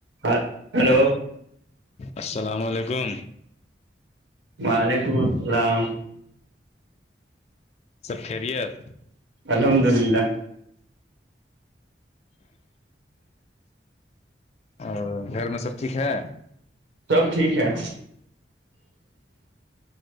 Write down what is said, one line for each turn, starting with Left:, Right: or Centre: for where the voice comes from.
Right: hello
Left: hello السلام علیکم
Right: وعلیکم السلام
Left: سب خیریت
Right: الحمد للہ
Left: اور گھر میں سب ٹھیک ہے
Right: سب ٹھیک ہے